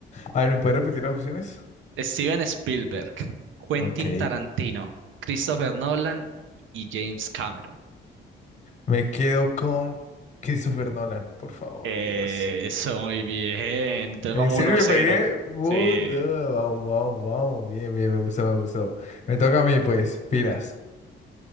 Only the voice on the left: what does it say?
A ver, ¿me puedes repetir las opciones?
Ok.
Me quedo con Christopher Nolan, por favor,
Dios.
¿En
serio
me
pegué? Puta,
Vamos, vamos, vamos. Bien, bien, me gustó, me gustó. Me toca a mí, pues. Pilas.